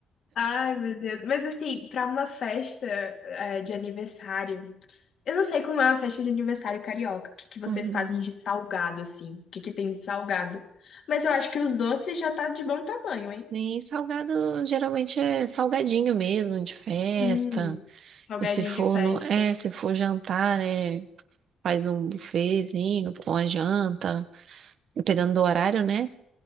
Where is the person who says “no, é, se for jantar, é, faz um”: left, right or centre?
Right